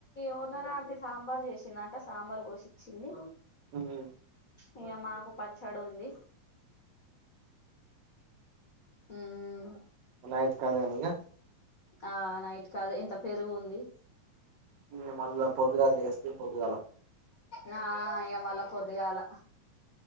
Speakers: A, on the left (about 60°); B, on the right (about 75°).
A: ఓనరాంతి సాంబార్ చేసిందంట సాంబార్ పోషిచ్చింది
B: హ్మ్
A: ఇంగ మాకు పచ్చడుంది మ్మ్
B: నైట్ కదేనిగ
A: ఆ నైట్ కదే ఇంక పెరుగుంది
B: ఇంగ మళ్ళ పొద్దు గాలేస్తే పొద్దుగాల
A: నా ఇగ మళ్ళ పొద్దుగాల